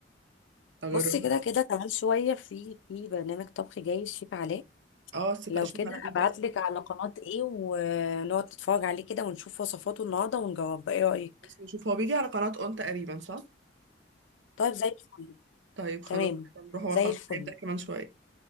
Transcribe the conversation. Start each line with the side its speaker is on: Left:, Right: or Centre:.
Right: <laughs> هجربها
Left: بصي كده كده كمان شويه في في برنامج طبخ جاي الشيف علاء
Right: اه سيب
Left: لو
Right: اشوف
Left: كده
Right: على يبدأ
Left: ابعت لك على قناه ايه ونقعد نتفرج عليه كده ونشوف وصفاته النهارده ونجاوب ايه رايك
Right: نشوف هو بيجي على قناة اون تقريبا صح
Left: طيب زي الفل
Right: طيب
Left: تمام
Right: خلاص نروح هو
Left: زي
Right: خلاص
Left: الفل
Right: هيبدأ كمان شوية